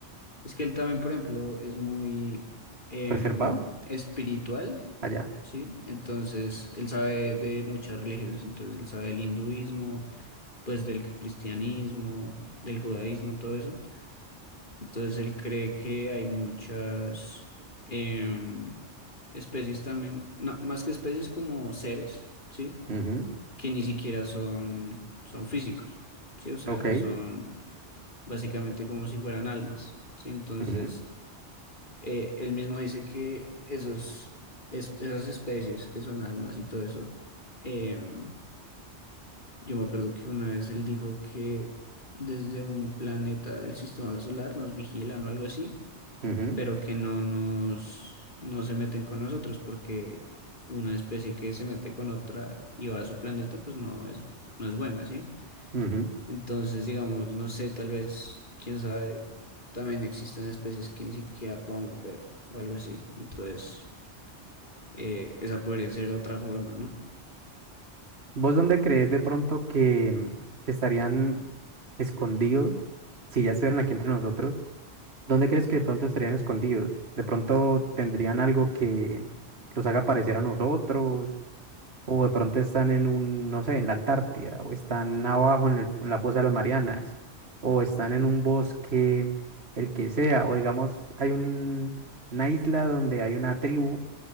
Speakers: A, on the left; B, on the right.
A: Es que él también, por ejemplo, es muy em,
B: ¿Reservado?
A: espiritual,
B: Allá.
A: ¿sí? Entonces, él sabe de muchas religiones, entonces él sabe del hinduismo, pues del cristianismo, del judaísmo, todo eso. Entonces él cree que hay muchas em, especies también, no, más que especies como seres, ¿sí?
B: Ujú,
A: Que ni siquiera son, son físicos, ¿sí? O sea,
B: Ok.
A: son básicamente como si fueran almas, ¿sí? Entonces
B: ujú,
A: eh, él mismo dice que esos, es- esas especies que son almas y todo eso, em, yo me acuerdo que una vez él dijo que desde un planeta del sistema solar nos vigilan o algo así
B: ujú,
A: pero que no nos, no se meten con nosotros, porque una especie que se mete con otra y va a su planeta, pues no es, no es buena, ¿sí?
B: ujú.
A: Entonces, digamos, no sé, tal vez, quién sabe, también existen especies que ni siquiera podamos ver o algo así. Entonces, eh, esa podría ser otra forma, ¿no?
B: ¿Vos dónde crees de pronto que, que estarían escondidos? Si ya estuvieran aquí entre nosotros, ¿dónde crees que de pronto estarían escondidos? ¿De pronto tendrían algo que los haga parecer a nosotros? O de pronto están en un, no sé, en la Antártida, o están abajo en, el- en la fosa de las Marianas, o están en un bosque, el que sea, o digamos, hay un- una isla donde hay una tribu